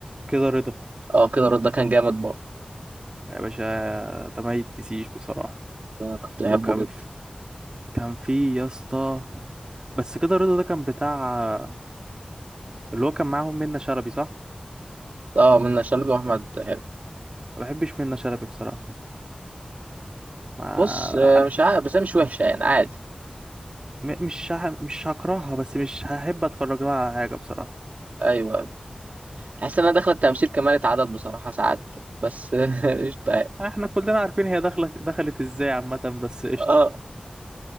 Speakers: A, on the right; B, on the right.
A: كده رضا
B: اه كده رد ده كان جامد برضه
A: يا باشا ده ما يتنسيش بصراحه
B: ده كنت بحبه
A: وكان
B: جدا
A: في... كان في يا اسطى بس كده رضا ده كان بتاع اللي هو كان معاهم منة شلبي صح
B: اه من شلبي واحمد حلمي
A: ما بحبش منة شلبي بصراحه ما
B: بص آه، مش عارف بس هي مش وحشه يعني عادي
A: م- مش ه... مش هكرهها بس مش هحب اتفرج لها على حاجه بصراحه
B: ايوه أيوة. تحس انها داخله التمثيل كمالة عدد بصراحه ساعات بس <laughs> قشطه يعني.
A: آه، احنا كلنا عارفين هي دخلت دخلت ازاي عامه بس قشطه
B: اه